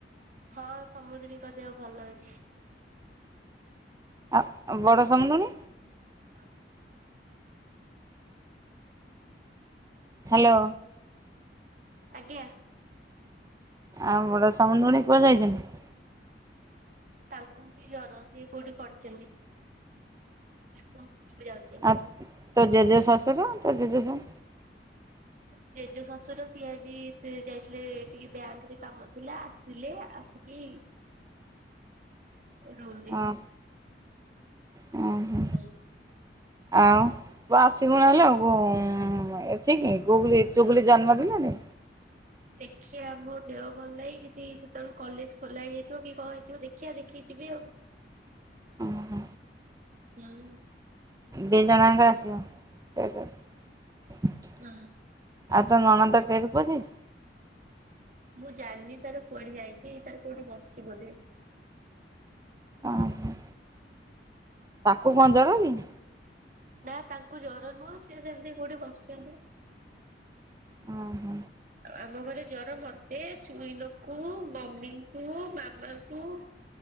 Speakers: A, on the right; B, on the right.
A: ହଁ ସମୁଦୁଣୀଙ୍କ ଦେହ ଭଲ ଅଛି।
B: ଆ ଆଉ ବଡ ସମୁଦୁଣୀ।
A: <inaudible> ହୁଁ
B: ହ୍ୟାଲୋ
A: ଆଜ୍ଞା।
B: ଆଉ ବଡ ସମୁଦୁଣୀ କୁଆଡେ ଯାଇଚନ୍ତି?
A: ତାଙ୍କୁ ବି ଜର ସିଏ କୋଉଠି ପଡିଚନ୍ତି। <unintelligible>
B: ଆଉ ତୋ ଜେଜେ ଶଶୁର ତୋ ଜେଜେ ଶା
A: <inaudible> ଜେଜେ ଶଶୁର ସିଏ ଆଜି ସେ ଯାଇଥିଲେ ଟିକେ ବ୍ୟାଙ୍କରେ କାମ ଥିଲା ଆସ ତିଲେ ଆସିକି ରୁମରେ
B: ଅଁ ଅଁ ହଁ।
A: <unintelligible>
B: ଆଉ ତୁ ଆସିବୁ ନହେଲେ ଆଉ ଗୁଁ ଏଠିକିି ଗୁଗୁଲି ଚୁଗୁଲି
A: ହଁ।
B: ଜନ୍ମଦିନରେ।
A: ଦେଖିଆ ମୋ ଦେହ ଭଲ ନାହିଁ ଯିତି ସେତେବେଳୁ କଲେଜ୍ ଖୋଲା ହେଇଯାଇଥିବ କି କଁ ହେଇଥିବ ଦେ ଖିଆ ଦେଖିକି ଯିବି ଆଉ
B: ଓହୋ
A: ହୁଁ।
B: ଦି ଜଣ ଆଙ୍କ ଆସିବ। <unintelligible>
A: ହୁଁ।
B: ଆଉ ତୋ ନଣନ୍ଦ ଟେରି କୁଆଡେ ଯାଇଚି?
A: ମୁଁ ଜାଣନି ତାର କୁଆଡେ ଯାଇଚି ତାର କୋଉଠି ବସିଚି ବୋଧେ।
B: ଓହୋ। ତାକୁ କଁ ଜର ଆଇଲେଇଁ?
A: ନା ତାଙ୍କୁ ଜର ନୁହଁ ସିଏ ସେମତି କୋଉଠି ବସିଛନ୍ତି।
B: ଓହୋ
A: ଆମ ଘରେ ଜର ମ ତେ ଚୁଇଁନକୁ ମମିଙ୍କୁ ମାମାଙ୍କୁ